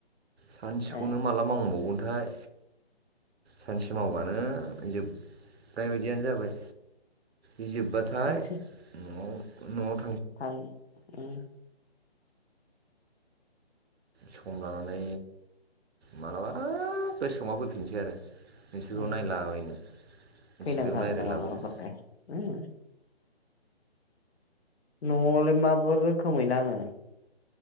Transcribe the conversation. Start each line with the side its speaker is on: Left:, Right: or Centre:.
Right: सानसेखौनो
Left: ए
Right: माला मावबावगोन? नाथाय सानसे मावबानो जोबनाय बायदियानो जाबाय। इजोबबाथाय
Left: बेसो
Right: न'आव न'
Left: थां उम
Right: सम लानानै माब्लाबा गोसोखांबा फैफिनसै आरो नोंसोरखौ
Left: उम
Right: नायलाबायनो नोंसोरजों
Left: फैनांखागोन
Right: रायलायलाबायनो
Left: ना मालाबाफोरथाय उम न'आवलाय माबोर रोखोमै नाङो